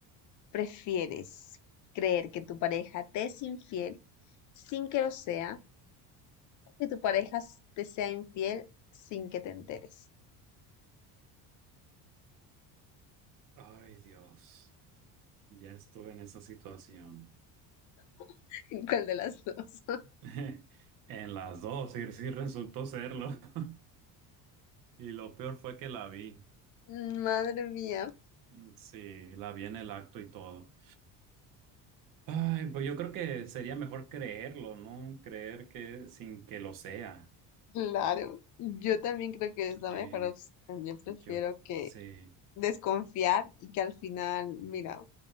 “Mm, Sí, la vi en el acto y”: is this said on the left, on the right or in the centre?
Right